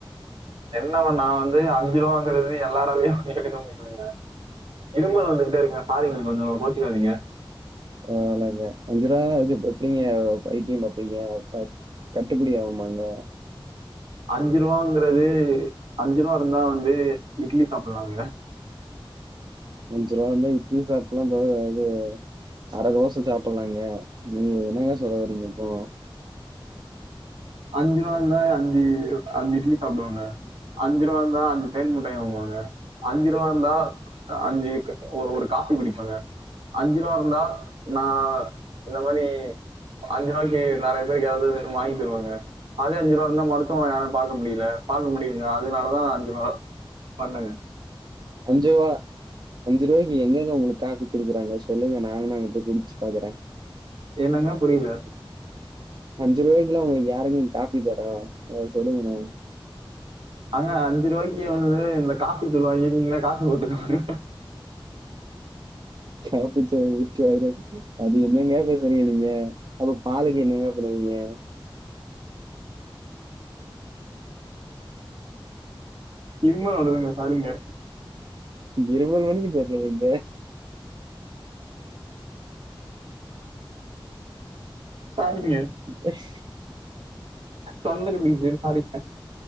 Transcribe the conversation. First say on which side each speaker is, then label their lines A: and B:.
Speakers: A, on the right; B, on the right.
A: என்னவ நா வந்து அஞ்சு ரூவாங்கறது எல்லா நாள்லையு எடுக்க முடியுங்க இருமல் வந்துகிட்டே இருக்குங்க சாரிங்க கொஞ்சோ கோச்சிகாதீங்க
B: பலாங்க அஞ்சு ரூவா வச்சு இப் எப்டிங்க வைத்தியம் பாப்பீங்க கட்டுப்பிடி ஆவுமாங்க
A: அஞ்சு ரூவாங்கிறது அஞ்சு ரூவா இருந்தா வந்து இட்லி சாப்பிட்லாங்க
B: அஞ்சு ரூவா இருந்தா இட்லி சாப்புட்லா தோ அது அர தோச சாப்பிட்லாங்க நீ என்னங்க சொல்ல வரீங்க இப்போ
A: அஞ்சு ரூவாந்தா அஞ்சு அஞ்சு இட்லி சாப்பிடுவாங்க அஞ்சு ரூவா இருந்தா அஞ்சு தேன் முட்டாய் வாங்குவாங்க அஞ்சு ரூவா இருந்தா அஞ்சு ஒரு காபி குடிப்பேங்க அஞ்சு ரூபா இருந்தா நா இந்த மாரி அஞ்சு ரூவாய்க்கி நெறய பேருக்கு ஏதாவது வாங்கி தருவேங்க அதே அஞ்சு ரூவா இருந்தா மருத்துவம் யாரும் பாக்க முடில பாக்க முடியுங்க அதுனால தா அஞ்சு ரூவா பண்ணுங்க
B: அஞ்சு வா அஞ்சு ரூவாய்கி எங்கங்க ஒங்களுக் காபி குடுக்குறாங்க சொல்லுங்க நாங்கனா அங்க போய் குடிச்சு பாக்குறே
A: என்னங்க புரில
B: அஞ்சு ரூவாய்க்குலா ஒங்களுக்கு யாருங்க காஃபி தரா அத சொல்லுங்க நா
A: அங்க அஞ்சு ரூவாய்க்கு வந்து இந்த காபி தூள் வாங்கி நீங்களே காபி போட்டுகோங்க
B: காபித்தூள் <inaudible> அது என்னங்க பேசறீங்க நீங்க அப்ப பாலுக்கு என்னங்க பண்ணுவீங்க
A: இருமல் வருதுங்க சாரிங்க
B: இருமல் வரக்கு <unintelligible>
A: சாரிங்க
B: அ <inaudible>
A: தொண்டை கட்டிக்கிச்சு சாரி